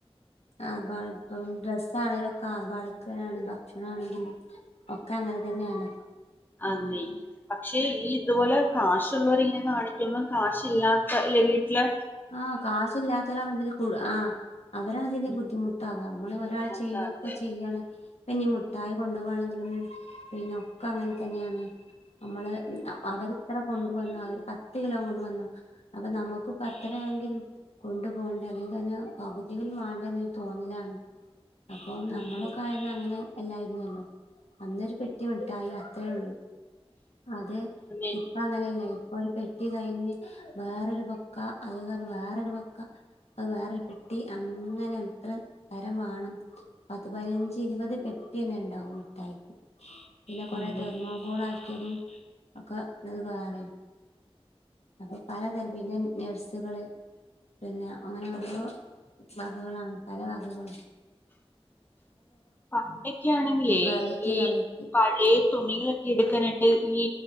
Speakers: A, on the left (about 90°); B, on the left (about 20°).
A: ആർഭാടം ഇപ്പം ഡ്രസാണേലോക്കെ ആർഭാടൊക്കെയാണ് ഭക്ഷേയാണെങ്കിൽ ഒക്ക അങ്ങനെ തന്നെയാണ്
B: ആന്നെ പക്ഷെ ഈ ഇതുപോലെ കാശുള്ളോരിങ്ങനെ കാണിക്കുമ്പം കാശില്ലാത്ത ഇല്ലെ വീട്ടില്
A: ആ കാശില്ലാത്തോരാവുമ്പഴത്തെന്നും കൂട് ആ അവരാണതില്
B: ഉം
A: ബുദ്ധിമുട്ടാവുക. നമ്മള് ഒരാൾ
B: അതാ
A: ചെയ്യണൊക്കെ
B: അതെ
A: ചെയ്യാണ് പ്പ ഇഞ്ഞി മുട്ടായി കൊണ്ടോവാണെങ്കിലും പിന്നെ ഒക്കെ അങ്ങനതന്നെയാണെ നമ്മള് അ അവരെത്ര കൊണ്ടുവന്ന് അവര് പത്ത് കിലോ കൊണ്ട് വന്നു. അപ്പൊ നമുക്കും പ പ്പത്തരയാണെങ്കിലും കൊണ്ടുപോവണ്ടെ അല്ലെങ്കി അതിന് പകുതിയെങ്കിലും വേണ്ടെന്നൊരു തോന്നലാണ് അപ്പൊ
B: അതെ
A: നമ്മളൊക്കെ ആയിരുന്ന അങ്ങനെ അല്ലായിരുന്നല്ലോ അന്നൊരു പെട്ടിമിഠായി അത്രയൊള്ളൂ. അതെ
B: അതെ
A: ഇതിപ്പ അങ്ങനെയല്ല ഇ ഒരു പെട്ടി കഴിഞ്ഞ് വേറൊരു ബൊക്ക അത് വേറൊരു ബൊക്ക അത് വേറൊരു പെട്ടി അങ്ങനെ എത്ര തരമാണ് പത്ത് പതിനഞ്ച് ഇരുപത് പെട്ടിന്നെ ഉണ്ടാവും മിഠായിക്ക്. പിന്നെ കൊറെ
B: അതെ
A: തെർമകോളായി ക്കതും ഒക്കെ ഇന്നലെ ബാറെനി. അപ്പോ പലതരം പിന്നെ നഴ്സുകള് പിന്നെ അങ്ങനെ ഓരോ വകകളാണ്. പലവകകളും
B: പണ്ടൊക്കാണെങ്കിലേ
A: വെറൈറ്റി
B: ഈ
A: വെറൈറ്റി
B: പഴയ തുണികളൊക്കെ എടുക്കാനായിട്ട് ഈ